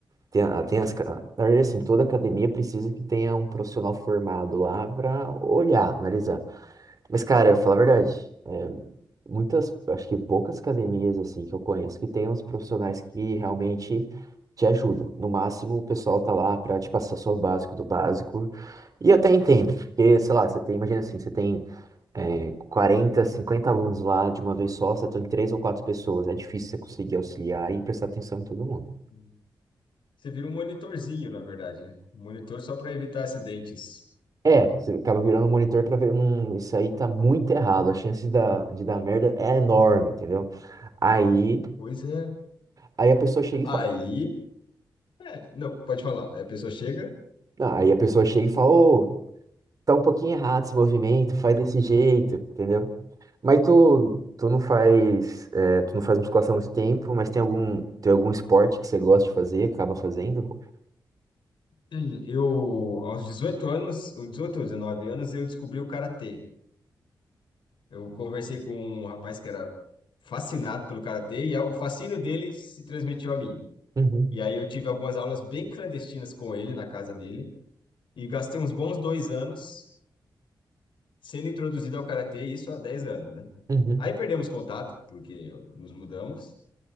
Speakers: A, on the right; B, on the left.
A: Tem, a- tem as, ca- na verdade, assim, toda academia precisa que tenha um profissional formado lá para olhar, analisar. Mas, cara, eu vou falar a verdade, é, muitas, acho que poucas academias, assim, que eu conheço que tem uns profissionais que realmente te ajudam. No máximo, o pessoal tá lá para te passar só o básico do básico. E eu até entendo, porque, sei lá, você tem, imagina assim, você tem, é, 40, 50 alunos lá de uma vez só, você tem três ou quatro pessoas, é difícil você conseguir auxiliar e prestar atenção em todo mundo.
B: Hum. Você vira um monitorzinho, na verdade, né? Um Monitor só para evitar acidentes.
A: É, você acaba virando o monitor pra ver, hum, isso aí tá muito errado, a chance de dar, de dar merda é enorme, entendeu? Aí,
B: Pois é.
A: aí a pessoa chega
B: Aí,
A: e fala,
B: é, não, pode falar. Aí A pessoa chega.
A: não, aí a pessoa chega e fala, ô, tá um pouquinho errado esse movimento, faz desse jeito, entendeu? Mas tu, tu não faz, é, tu não faz musculação há muito tempo, mas tem algum, tem algum esporte que você gosta de fazer, acaba fazendo?
B: Hum, Eu, aos 18 anos, ou 18 ou 19 anos, eu descobri o karatê. Eu conversei com um rapaz que era fascinado pelo karatê e a- o fascínio dele se transmitiu a mim.
A: Uhum,
B: E aí eu tive algumas aulas bem clandestinas com ele na casa dele e gastei uns bons dois anos sendo introduzido ao karatê, e isso há 10 anos, né?
A: uhum.
B: Aí perdemos contato, porque nos mudamos.